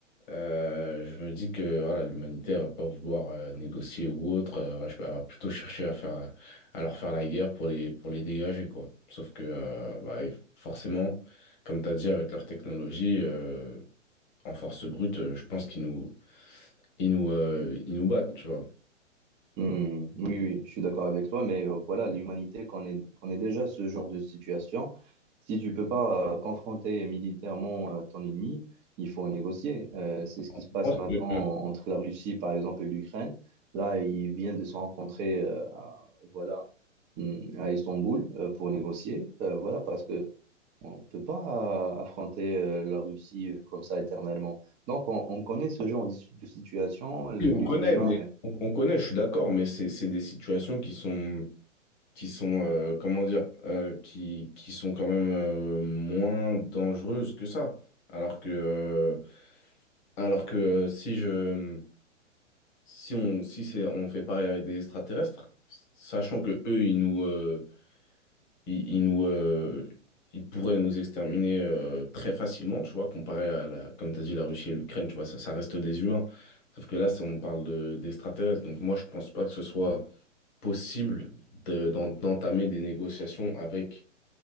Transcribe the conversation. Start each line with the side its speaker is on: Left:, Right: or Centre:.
Left: Euh, je me dis que voilà, l'humanité elle va pas vouloir euh, négocier ou autre, euh, va- elle va plutôt chercher à faire, à leur faire la guerre pour les, pour les dégager, quoi. Sauf que euh, bah, forcément, comme tu as dit, avec leur technologie, euh, en force brute, euh, je pense qu'ils nous, ils nous, euh, ils nous battent, tu vois.
Right: Hmm, oui, oui, je suis d'accord avec toi, mais euh, voilà, l'humanité connaît, connaît déjà ce genre de situation. Si tu peux pas euh, confronter militairement euh, ton ennemi, il faut négocier. Euh, c'est ce qui se
Left: Je
Right: passe
Left: pense
Right: maintenant
Left: que,
Right: entre
Left: euh,
Right: la Russie, par exemple, et l'Ukraine. Là, ils viennent de se rencontrer euh, à, voilà, hmm, à Istanbul euh, pour négocier. Euh, voilà, parce que on peut pas euh, affronter euh, la Russie euh, comme ça éternellement. Donc, on, on connaît ce genre de, de situation. L'hu-
Left: oui, on connaît,
Right: L'humain.
Left: mais on, on connaît, je suis d'accord, mais c'est c'est des situations qui sont qui sont, euh, comment dire, euh, qui, qui sont quand même euh, moins dangereuses que ça. Alors que, euh, alors que euh, si je, si on, si c'est, on fait pareil avec des extraterrestres, sachant que eux, ils nous, euh, ils, ils nous, euh, ils pourraient nous exterminer euh, très facilement, tu vois, comparé à la, comme tu as dit, la Russie et l'Ukraine, tu vois, ça, ça reste des humains. Sauf que là, ça, on parle de, d'extraterrestres. Donc moi, je pense pas que ce soit possible de- d'en- d'entamer des négociations avec